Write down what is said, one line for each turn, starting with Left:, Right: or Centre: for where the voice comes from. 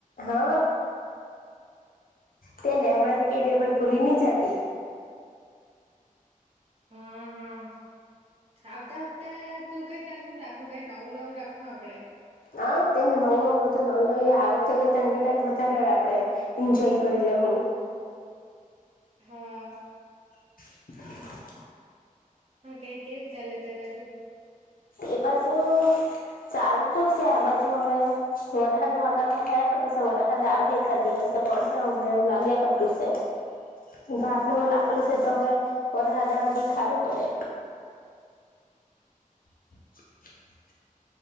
Left: હા, તેને હમણાંથી કેદે ભાઈ ભૂલી ન જતી.
Right: હા હા, આવતા વખતે તું કંઈ. ચાલ, હું રાખું. કંઈ નવું નવું રાખવા આપડે.
Left: હા, તેને નવું નવું બધું, નવી નવી આ વખતે વધારે આપડે એન્જોય કરી. હ હ.
Right: હા.
Left: <unintelligible>
Right: હા, કંઈ કેવું ચાલે તે બાજુ.
Left: એ બાજુ. ચાલતું છે આ બાજુ. હવે વરહાદ નું વાતાવરણ થયા કે તો વરહાદ આવે એકાદ દિવસ. પડહે હવે, લાગ્યા કરતું છે. હું લાખલું
Right: હા
Left: છે, તો
Right: હા
Left: હવે વરહાદ આવે તો હારું પડે. <unintelligible>